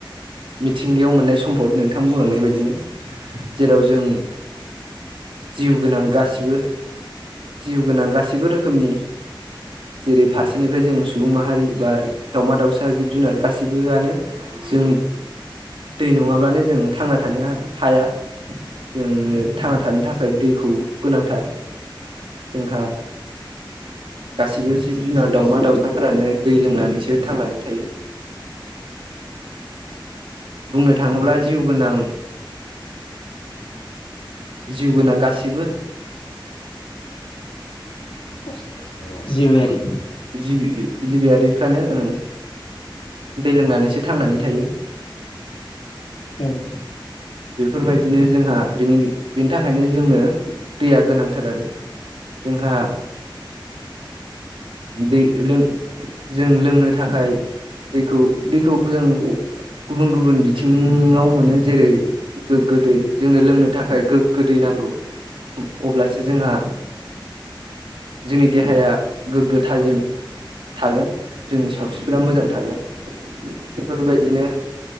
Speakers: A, on the right; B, on the left.
A: मिथिंगायाव मोननाय सम्फद नोंथां बुंलांनाय बायदिनो जेराव जों जिउ गोनां गासिबो जिउ गोनां गासिबो रोखोमनि जेरै फारसेनिफ्राय जों सुबुं माहारि बा दाउमा-दाउसा ओ जिब-जुनार गासिबोआनो जोंनि दै नङाब्लानो जों थांना थानो हाया। जोंनो थांना थानो थाखाय दैखौ गोनांथार। जोंहा गासिबो जिब- जुनार दाउमा -दाउसाफोरानो दै लोंनानैसो थांनानै थायो बुंनो थाङोब्ला जिउ गोनां जिउ गोनां गासिबो
B: <inaudible> जिबियारि
A: जिबि- जिबियारिफ्रानो ओं दै लोंनानैसो थांनानै थायो।
B: उम।
A: बेफोर बायदिनो जोंहा बिनि बेनि थाखायनो जोंनो दैया गोनांथार आरो। जोंहा दै लों जों लोंनो थाखाय दैखौ दैखौ जों गुबुन गुबुन बिथिङाव मोनो जेरै गोग्गो दै जोंनो लोंनो थाखाय गोगो दै नांगौ। अब्लासो जोंहा जोंनि देहाया गोग्गो थाजिम थागोन जोंनि सावस्रिफ्रा मोजां थागोन। बेफोर बायदिनो